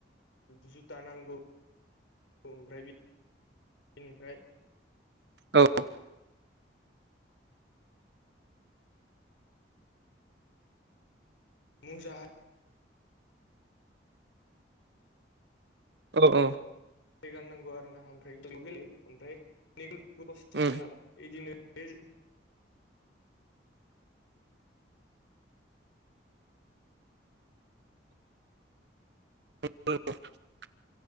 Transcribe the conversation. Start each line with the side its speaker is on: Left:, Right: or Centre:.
Left: जुथा नांगौ। औ ओमफ्राय बि बिनिफ्राय
Right: औ।
Left: मुजा हा
Right: अह अह।
Left: रि गाननांगौ आरोना ओमफ्राय <unintelligible> गेलेयो ओमफ्राय <unintelligible>
Right: हेलौ
Left: बिदिनो बे जे
Right: <unintelligible>